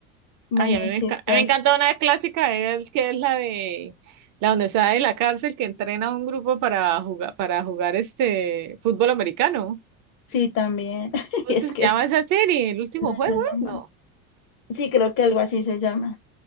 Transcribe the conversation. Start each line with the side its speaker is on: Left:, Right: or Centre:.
Left: Muy,
Right: Ay,
Left: muy
Right: a mí me,
Left: chistoso.
Right: encanta me encanta una clásica de él, que es la de. La donde está en la cárcel, que entrena a un grupo para jugar, para jugar este fútbol americano.
Left: Sí, también. <laughs>
Right: ¿Cómo
Left: Y
Right: es
Left: es
Right: que se
Left: que,
Right: llama esa serie? ¿El último
Left: no,
Right: juego
Left: yo no. me-
Right: es? No.
Left: Sí, creo que algo así se llama.